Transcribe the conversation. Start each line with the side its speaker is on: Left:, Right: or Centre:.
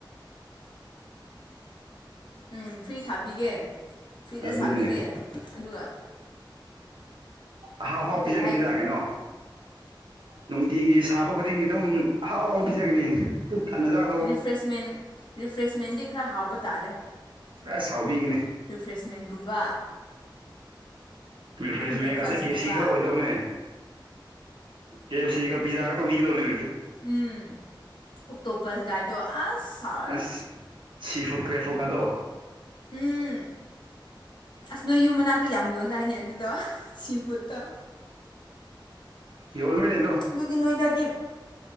Left: ꯎꯝ ꯐ꯭ꯔꯤ ꯁꯥꯕꯤꯒꯦ ꯐ꯭ꯔꯤꯗ
Right: ꯑꯗꯨꯅꯤ
Left: ꯁꯥꯕꯤꯒꯦ ꯑꯗꯨꯒ
Right: ꯑꯍꯥꯎ ꯑꯍꯥꯎ
Left: ꯀꯔꯤ
Right: ꯄꯤꯖꯥꯒꯥꯅꯤꯗ
Left: ꯍꯥꯏ
Right: ꯀꯩꯅꯣ ꯅꯨꯡꯇꯤꯒꯤ ꯁꯥꯕ ꯈꯨꯗꯤꯡꯒꯤ ꯑꯗꯨꯝ ꯑꯍꯥꯎ ꯍꯥꯎ ꯄꯤꯖꯒꯅꯤ ꯄꯨꯛ ꯊꯥꯟꯅꯖ
Left: ꯔꯤꯐ꯭ꯔꯦꯁꯃꯦꯟ ꯔꯤꯐ꯭ꯔꯦꯁꯃꯦꯟꯗꯤ ꯈꯔ ꯍꯥꯎꯕ ꯇꯥꯔꯦ
Right: ꯄꯨꯔꯥ ꯁꯥꯎꯕꯤꯒꯅꯤ
Left: ꯔꯤꯐ꯭ꯔꯦꯁꯃꯦꯟꯒꯨꯝꯕ
Right: ꯔꯤꯐ꯭ꯔꯦꯁ
Left: ꯕ꯭ꯔꯦꯛꯐꯥꯁꯀꯨꯝꯕ
Right: ꯕꯦꯡꯒꯥꯁꯦ ꯀꯦꯁꯤ ꯈꯔ ꯑꯣꯏꯗꯧꯕꯅꯦ ꯀꯞ ꯁꯤꯒ ꯄꯤꯖꯥꯒ ꯇꯧꯕꯤꯗꯧꯅꯦ
Left: ꯎꯝ ꯑꯣꯛꯇꯣꯄꯣꯁ ꯑꯁ ꯍꯥꯎꯔꯅꯤ
Right: ꯑꯁ ꯁꯤ ꯐꯨꯠ ꯀ꯭ꯔꯦꯐꯣ ꯀꯗꯣ
Left: ꯎꯝ ꯑꯁ ꯅꯣꯏ ꯌꯨꯝ ꯃꯅꯥꯛꯇꯥ ꯌꯥꯝ ꯌꯣꯟꯗꯥꯏꯅꯦ ꯑꯗꯨꯗꯣ ꯁꯤꯐꯨꯠꯇꯣ
Right: ꯌꯣꯜꯃꯤꯅꯦ ꯑꯗꯣ
Left: ꯑꯗꯨꯗꯤ ꯅꯣꯏꯗꯗꯤ